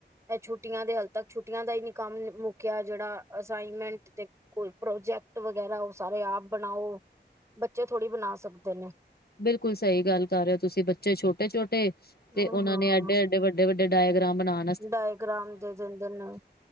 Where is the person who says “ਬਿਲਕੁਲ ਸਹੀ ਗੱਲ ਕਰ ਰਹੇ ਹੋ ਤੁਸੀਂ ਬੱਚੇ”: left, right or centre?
Left